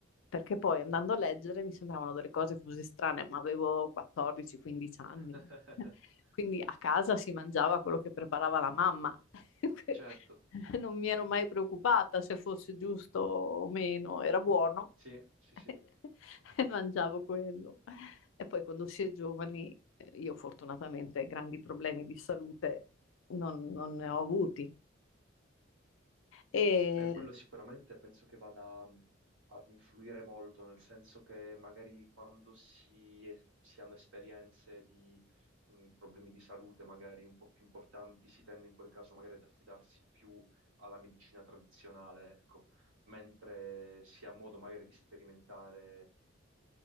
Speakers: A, on the left (about 70°); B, on the right (about 70°).
A: perché poi andando a leggere mi sembravano delle cose così strane, ma avevo 14-15 anni.
B: <laughs>
A: eh. <laughs> Quindi a casa si mangiava quello che preparava la mamma. <laughs>
B: certo,
A: Non mi ero mai preoccupata se fosse giusto o meno, era buono.
B: sì, sì, sì.
A: <laughs> e mangiavo quello. E poi quando si è giovani, eh, io fortunatamente grandi problemi di salute non, non ne ho avuti. E
B: Beh, quello sicuramente penso che vada mh, ad influire molto, nel senso che magari quando si, si hanno esperienze di mh, problemi di salute magari un po' più importanti, si tende in quel caso magari ad affidarsi più alla medicina tradizionale, ecco, mentre si ha modo magari di sperimentare